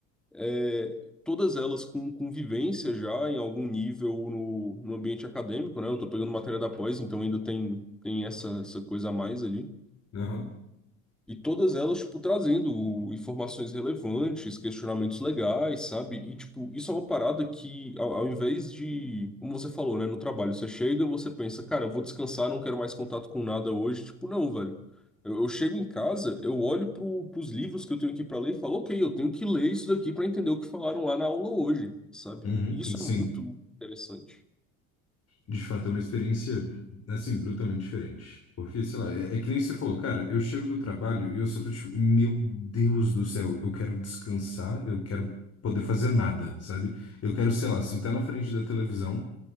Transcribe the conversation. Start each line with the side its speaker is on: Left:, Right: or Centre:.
Centre: É, todas elas com convivência já em algum nível no, no ambiente acadêmico, né? Eu tô pegando matéria da pós, então ainda tem, tem essa, essa coisa a mais ali.
Left: Aham,
Centre: E todas elas, tipo, trazendo informações relevantes, questionamentos legais, sabe? E, tipo, isso é uma parada que, ao, ao invés de, como você falou, né, no trabalho, você chega, você pensa, cara, eu vou descansar, não quero mais contato com nada hoje. Tipo, não, velho. Eu, eu chego em casa, eu olho pro, pros livros que eu tenho aqui pra ler e falo, ok, eu tenho que ler isso daqui pra entender o que falaram lá na aula hoje, sabe?
Left: uhum,
Centre: Isso
Left: sim.
Centre: é muito interessante.
Left: De fato, é uma experiência, assim, brutalmente diferente. Porque, sei lá, é, é que nem você falou, cara, eu chego do trabalho e eu só tô tipo, meu Deus do céu, eu quero descansar, eu quero poder fazer nada, sabe? Eu quero, sei lá, sentar na frente da televisão